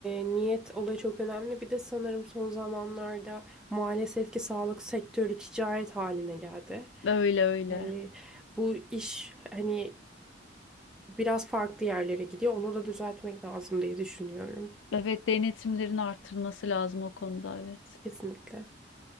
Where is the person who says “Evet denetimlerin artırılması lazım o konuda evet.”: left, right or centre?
Left